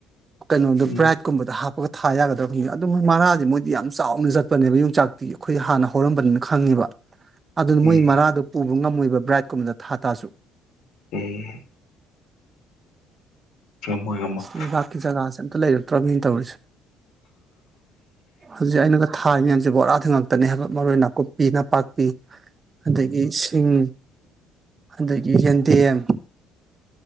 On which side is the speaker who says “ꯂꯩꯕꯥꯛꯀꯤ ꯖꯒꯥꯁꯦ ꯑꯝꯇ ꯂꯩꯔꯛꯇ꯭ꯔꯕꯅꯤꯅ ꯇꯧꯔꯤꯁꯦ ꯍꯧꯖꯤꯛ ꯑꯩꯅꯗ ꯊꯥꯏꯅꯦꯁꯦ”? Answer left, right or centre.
Right